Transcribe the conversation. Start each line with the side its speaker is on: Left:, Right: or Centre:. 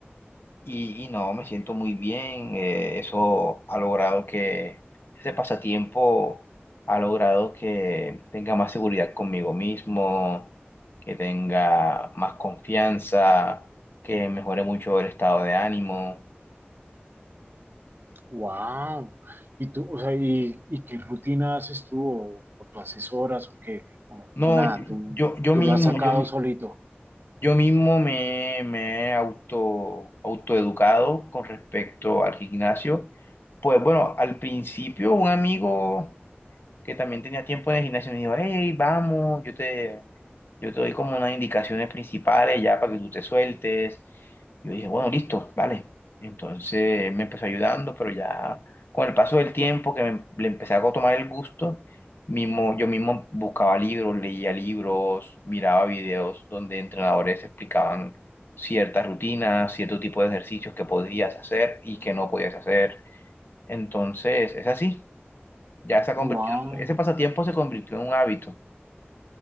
Left: Y, y no, me siento muy bien. eh, eso ha logrado que, ese pasatiempo ha logrado que tenga más seguridad conmigo mismo, que tenga más confianza, que mejore mucho el estado de ánimo.
Right: ¡Wow! ¿Y tú, o sea, y, y qué rutina haces tú o, o tú haces horas o qué? O,
Left: No,
Right: o nada,
Left: yo,
Right: tú,
Left: yo, yo
Right: tú
Left: mismo,
Right: lo has sacado
Left: yo,
Right: solito.
Left: yo mismo me, me he auto, autoeducado con respecto al gimnasio. Pues bueno, al principio un amigo que también tenía tiempo de gimnasio, me dijo, hey, vamos, yo te, yo te doy como unas indicaciones principales ya para que tú te sueltes. Yo dije, bueno, listo, vale. Entonces él me empezó ayudando, pero ya con el paso del tiempo que me- le empecé a tomar el gusto, mismo, yo mismo buscaba libros, leía libros, miraba videos donde entrenadores explicaban ciertas rutinas, cierto tipo de ejercicios que podías hacer y que no podías hacer. Entonces, es así. Ya se ha convertido,
Right: ¡Wow!
Left: en- ese pasatiempo se convirtió en un hábito.